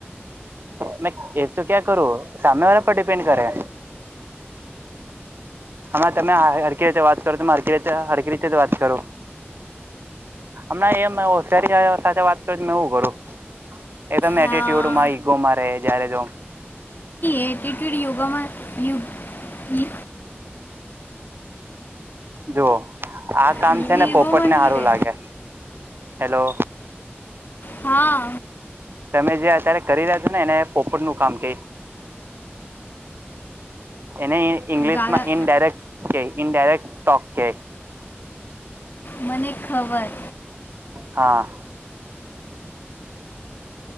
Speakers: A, on the right; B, on the left.
A: મે એ તો ક્યા કરું સામમે વા પર ડિપેન્ડ કરે. હમણાં તમે હકી રીતે વાત કરો તતે હકી રીતે જ વાત કરો હમણાં એશિારી સાથે વાત કરું કરું
B: હા
A: એકટ્યુડમાં ઈગોમાં રહે જ્યારે જો
B: એટિટ્યૂડ યોગામાં યુગ હમ
A: જુઓ આ કામ
B: યોગોમાં
A: છે ને પોપટ ને
B: નહીં
A: સારું
B: રહે
A: લાગે હેલો.
B: હા
A: તમે જે અત્યારે કરી રહ્યા છો ને એને પોપટ નું કામ ક એને ઇંગ્લિશમાં
B: ગાળા
A: ઇનડાયરેક્ટ કે ઇડાયરેક્ટ ટોક કે
B: મને ખબર
A: હા.